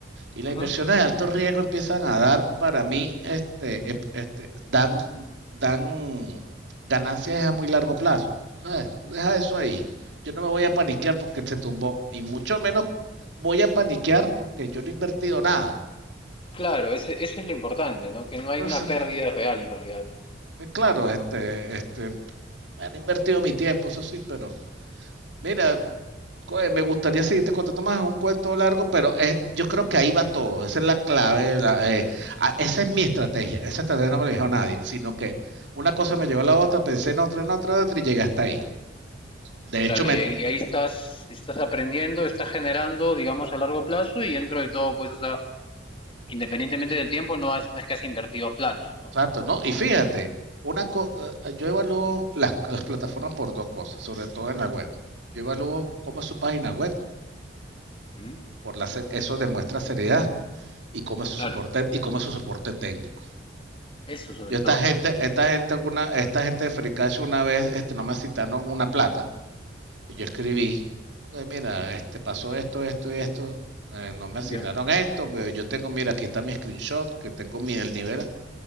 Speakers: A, on the right; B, on the left.
A: Y las
B: ujú.
A: inversiones de alto riesgo empiezan a dar, para mí, este, em- este, dan, dan ganancias a muy largo plazo. Tú sabes, tú dejas eso ahí. Yo no me voy a paniquear porque se tumbó. Y mucho menos voy a paniquear porque yo no he invertido nada.
B: Claro, ese, eso es lo importante, ¿no? Que no hay
A: Entonces,
B: una pérdida real en realidad.
A: pues claro, este, este, me han invertido mi tiempo, eso sí, pero mira, eh, me gustaría seguirte contando más, es un cuento largo, pero es- yo creo que ahí va todo, esa es la clave, la, eh, a- esa es mi estrategia, esa estrategia no me la dijo nadie, sino que una cosa me llevó a la otra, pensé en otra, en otra, en otra y llegué hasta ahí. De hecho,
B: Claro,
A: me,
B: y ahí, y ahí estás, estás aprendiendo, estás generando, digamos, a largo plazo y dentro de todo, pues, o sea, independientemente del tiempo, no, has, no es que has invertido plata, ¿no?
A: exacto, ¿no? Y fíjate, una co- eh, yo evalúo las, las plataformas por dos cosas, sobre todo en la web. Yo evalúo cómo es su página web,
B: ¿Mm?
A: por la, ser- eso demuestra seriedad y cómo es su
B: Claro,
A: soporte y cómo es su soporte técnico.
B: eso sobre
A: Yo esta
B: todo.
A: gente, esta gente, una, esta gente de Free una vez, este, no me citaron una plata y yo escribí, "Oye, mira, este, pasó esto, esto y esto, eh, no me
B: Ya.
A: asignaron esto, pero yo tengo, mira, aquí está mi screenshot, que tengo mi el nivel,